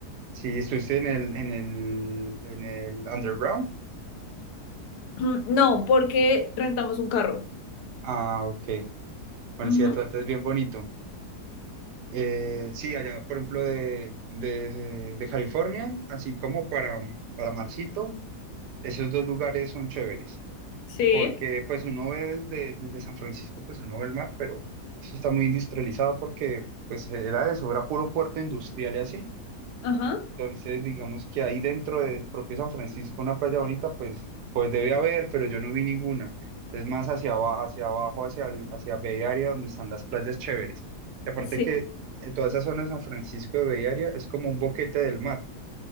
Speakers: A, on the right (about 80°); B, on the left (about 80°).
A: Sí, estuviste en el, en el, en el Underground.
B: <clears throat> No, porque rentamos un carro.
A: Ah, ok. Bueno,
B: Ujú,
A: sí, Atlanta es bien bonito. Eh, sí, allá, por ejemplo, de, de, de California, así como para, para Marcito, esos dos lugares son chéveres,
B: Sí,
A: porque pues uno ve desde, desde San Francisco, pues uno ve el mar, pero sí está muy industrializado porque pues era eso, era puro puerto industrial y así,
B: Ajá,
A: entonces, digamos que ahí dentro de propio San Francisco, una playa bonita, pues, pues debe haber, pero yo no vi ninguna. Es más hacia abajo, hacia abajo, hacia, el- hacia Bay Area, donde están las playas chéveres. Y aparte
B: sí,
A: que eh, toda esa zona de San Francisco de Bay Area es como un boquete del mar.